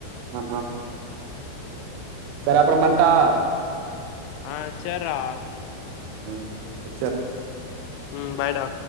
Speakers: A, on the right; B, on the left.
A: ஆ சேரி அப்புறம் பண்டா
B: ஆ சேரா
A: ம் ச்சா
B: ம் பாய்டா